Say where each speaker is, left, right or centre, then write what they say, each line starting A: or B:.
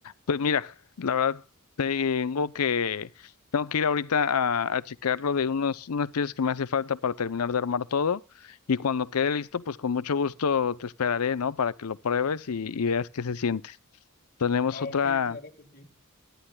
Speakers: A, on the left; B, on the left.
A: pues mira, la verdad tengo que, tengo que ir ahorita a, a checar lo de unos, unas piezas que me hace falta para terminar de armar todo y cuando quede listo, pues con mucho gusto te esperaré, ¿no? Para que lo pruebes y, y veas qué se siente. Tenemos
B: Ah,
A: otra
B: Ok, claro que sí.